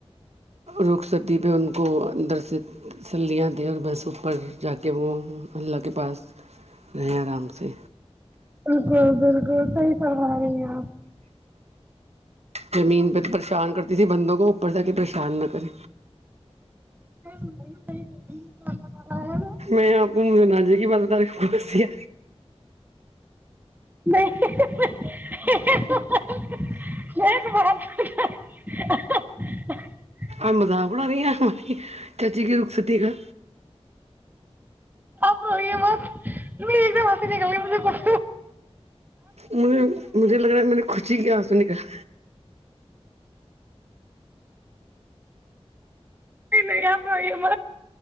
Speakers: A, on the right (about 75°); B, on the right (about 15°).
A: روخ ستی پہ ان کو درشت تسلیاں دیں اور بس اوپر جا کے وہ اللہ کے پاس رہیں آرام سے
B: بالکل بالکل صحی کرما رہے ہیںپ
A: زمین پہ تو پریشان کرتی تھی بندوں کو اوپر ج کے پریشان نہ کرے
B: جی بالکل بالکل صحیح <unintelligible>
A: میں آپ کو مناجی گ بہ تاریخ ہے
B: نہیں <unintelligible> ایک بات
A: ابد بڑ رہی آ چاچی کی رخ ستی کا
B: اف م <unintelligible> فز گلے مج کو <unintelligible>
A: مج مجھے لگ رہا ہے میں نے خوشی کیا سنکا <unintelligible>
B: کیا پئیوم